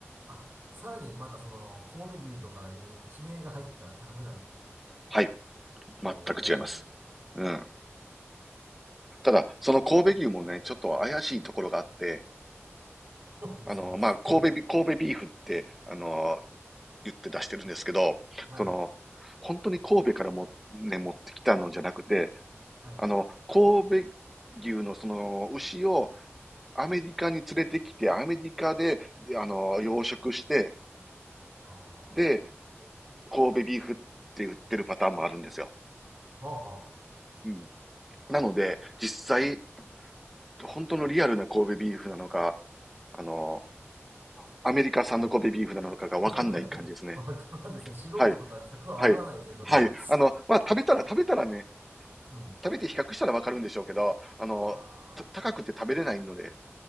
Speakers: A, on the right; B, in the centre.
A: あ、さらにまたその神戸牛とかいう地名が入ったら高くなる。
B: はい。
A: おー。
B: 全く違います。うん。ただ、その神戸牛もね、ちょっと怪しいところがあって、
A: そうですね。
B: あの、まあ、神戸ビ、
A: <laughs>
B: 神戸ビーフって、あの、言って出してるんですけど、
A: はい。
B: その、本当に神戸からも、ね、持ってきたのじゃなくて、
A: はい。
B: あの、神戸牛のその牛をアメリカに連れてきて、アメリカで、あの、養殖して、
A: ああ、
B: で、
A: は
B: 神戸ビーフって売ってるパターンもあるんですよ。
A: あは
B: うん。なので、実際、本当のリアルな神戸ビーフなのか、あの、アメリカ産の神戸ビーフなのかがわかんない感じですね。
A: あ。わ、<laughs> わからんですね。素人とか客はわからないですね、
B: はい。はい。
A: それは。
B: はい。あの、まあ、食べたら食べたらね、
A: <laughs> うん。
B: 食べて比較したらわかるんでしょうけど、あの、
A: あ
B: た高くて食べれないので、